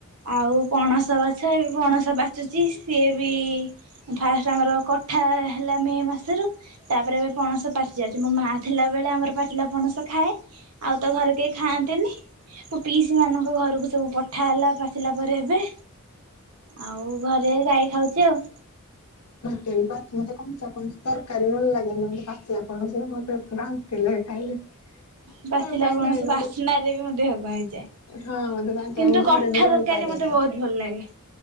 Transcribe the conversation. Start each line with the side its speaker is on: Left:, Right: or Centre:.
Right: ଆଉ ପଣସ ଗଛ ଏ ପଣସ ପାଚୁଚି। ସିଏ ବି ଫାଷ୍ଟେ ଆମର କଠା ହେଲା ମେ ମାସରୁ ତାପରେ ଏବେ ପଣସ ପାଚିଯାଉଚି। ମୋ ମା ଥିଲାବେଳେ ଆମର ପାଚିଲା ପଣସ ଖାଏ। ଆଉ ତ ଘରେ କେହି ଖାଆନ୍ତିନି ମୋ ପିଇସି ମାନଙ୍କ ଘରକୁ ଯୋଉ ପଠା ହେଲା ପାଚିଲା ପରେ ଏବେ ଆଉ ଘରେ ଗାଈ ଖାଉଚି ଆଉ।
Left: ଟେନ ପାଞ୍ଚେ କମ୍ ସେ କମ୍ ଚାର୍ ପାଞ୍ଚେ। ତରକାରୀ ଭଲ ଲାଗେନି। ମୋତେ ପାଚିଲାପଣସ ମତେ ବାନ୍ତିଲାଗେ ଖାଇଲେ।
Right: ବାଚିଲା
Left: କଣ ପାଇଁ
Right: ପଣସ
Left: ଜାଣିନି
Right: ବାସ୍ନା
Left: ମତେ
Right: ରେ ବି ମୋ ଦେହକଣ ହେଇଯାଏ।
Left: ହଁ ତ ବାନ୍ତି
Right: କିନ୍ତୁ
Left: ଆମ ଘରେ
Right: କଠା
Left: ବି ରହିପାରେନି।
Right: ରେ ତରକାରି ମତେ ବହୁତ୍ ଭଲ ଲାଗେ।